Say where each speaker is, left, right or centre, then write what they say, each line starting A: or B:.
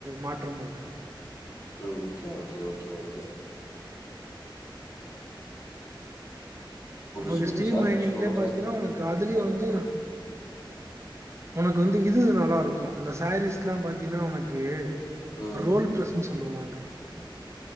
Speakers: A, on the right; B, on the left.
A: மாற்றமு இல்ல
B: ம் ஓகே ஓகே ஓகே ஓகே புதுசு
A: உனக்கு
B: புதுசா
A: ஸ்டீல் மைனிங்ல
B: சொல்ற
A: பாத்தீன்னா உனக்கு அதுலயே வந்து உனக்கு வந்து இது நல்லா இருக்கு அந்த சாரீஸ்ல்லா பாத்தீன்னா உனக்கு
B: ம்
A: ரோல் பிளஸ் ம் சொல்லுவாங்க